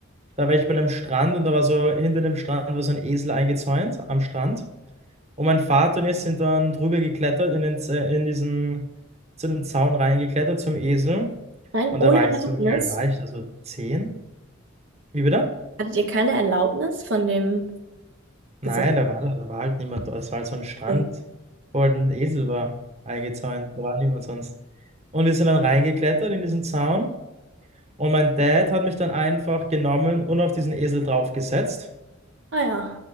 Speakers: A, on the right (about 35°); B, on the right (about 65°).
A: Da war ich bei einem Strand und da war so, hinter dem Strand war so ein Esel eingezäunt am Strand. Und mein Vater und ich sind dann drüber geklettert, in den, Z- in diesen, zu dem Zaun reingeklettert zum Esel.
B: Nein,
A: Und
B: ohne
A: da war
B: Erlaubnis?
A: ich so, wie alt war ich da? So 10. Wie bitte?
B: Hattet ihr keine Erlaubnis von dem
A: Nein,
B: Besitzer?
A: da war, da war halt niemand da. Es war halt so ein Strand,
B: Okay.
A: wo halt ein Esel war eingezäunt. Da war niemand sonst. Und wir sind dann reingeklettert in diesen Zaun. Und mein Dad hat mich dann einfach genommen und auf diesen Esel draufgesetzt.
B: Ah ja.